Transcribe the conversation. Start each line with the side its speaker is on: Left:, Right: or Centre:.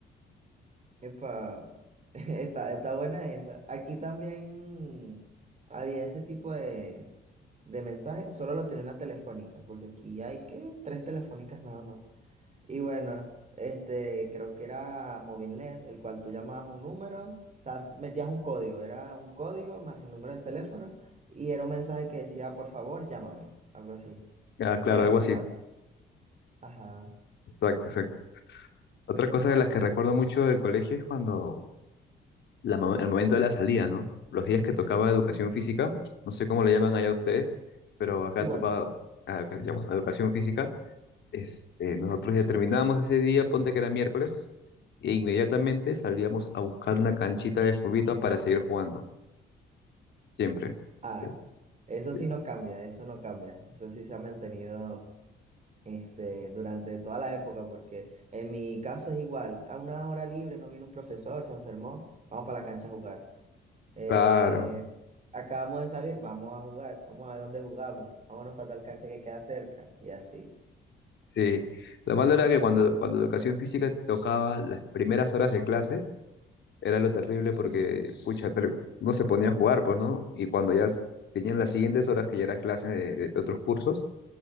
Right: epa, <laughs> está, está buena esa. Aquí también había ese tipo de, de mensajes, solo lo tenía una telefónica, porque aquí hay que tres telefónicas nada más. Y bueno, este, creo que era Movilnet, el cual tú llamabas a un número, o sea, s- metías un código, era un código más el número del teléfono, y era un mensaje que decía, por favor, llámame, algo así.
Left: Ah, claro,
Right: Y era
Left: algo
Right: sin
Left: así.
Right: saldo. Ajá,
Left: Exacto, exacto. Otra cosa de las que recuerdo mucho del colegio es cuando la mo- el momento de la salida, ¿no? Los días que tocaba educación física, no sé cómo le llaman allá ustedes, pero acá
Right: igual.
Left: tocaba ah, acá ya, bueno, educación física. Este, nosotros ya terminábamos ese día, ponte que era miércoles, e inmediatamente salíamos a buscar una canchita de furbita para seguir jugando, siempre.
Right: Ah,
Left: Sí,
Right: eso, eso
Left: sí.
Right: sí no cambia, eso no cambia. Eso sí se ha mantenido este, durante toda la época, porque en mi caso es igual. A una hora libre no vino un profesor, se enfermó, vamos para la cancha a jugar. Eh,
Left: Claro,
Right: acabamos de salir, vamos a jugar, vamos a ver dónde jugamos, vámonos para tal cancha que queda cerca, y así.
Left: sí. Lo malo era que cuando, cuando educación física tocaba las primeras horas de clase, era lo terrible porque, pucha, ter- no se ponía a jugar, pues, ¿no? Y cuando ya s- venían las siguientes horas que ya era clase de, de- de otros cursos,